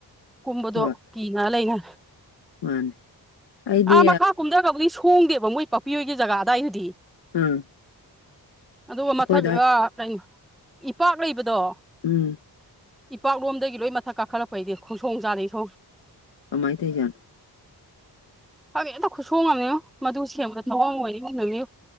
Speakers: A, in the centre; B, on the left.
A: ꯀꯨꯝꯕꯗꯣ
B: ꯍꯣꯏ
A: ꯃꯤ ꯉ ꯂꯩꯅ
B: ꯃꯥꯅꯦ ꯑꯩꯗꯤ
A: ꯑꯥ ꯃꯈꯥ ꯀꯨꯝꯊ ꯀꯧꯕꯧꯅꯤ ꯍꯣꯡꯗꯦꯕ ꯃꯣꯏ ꯄꯥꯛꯄꯤꯌꯣꯏꯒꯤ ꯖꯒꯥꯗꯋꯥꯏꯗꯨꯗꯤ
B: ꯎꯝ
A: ꯑꯗꯨꯒ
B: ꯑꯩꯈꯣꯏꯗ
A: ꯃꯊꯛ ꯀꯩꯅꯣ ꯏꯄꯥꯛ ꯂꯩꯕꯗꯣ
B: ꯎꯝ
A: ꯏꯄꯥꯛꯂꯣꯝꯗꯒꯤ ꯂꯣꯏ ꯃꯊꯛꯀꯛ ꯈꯔ ꯐꯩꯗꯤ ꯈꯣꯡꯁꯣꯡ ꯆꯥꯗꯩ ꯁꯣ
B: ꯀꯃꯥꯏꯅ ꯊꯩꯖꯥꯟꯣ
A: ꯍꯥꯏꯕꯦ ꯑꯝꯇ ꯈꯨꯠꯁꯣꯡꯉꯝꯅꯤ ꯃꯗꯨ ꯁꯦꯝꯕꯗ ꯊꯑꯣꯡ ꯑꯣꯏꯅꯤ ꯅ ꯃꯤ